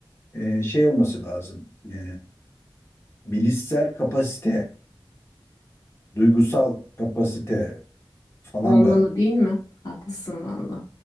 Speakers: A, on the left; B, on the left.
A: e, şey olması lazım. E, bilişsel kapasite, duygusal kapasite falan
B: Olmalı
A: da
B: değil mi? Haklısın valla.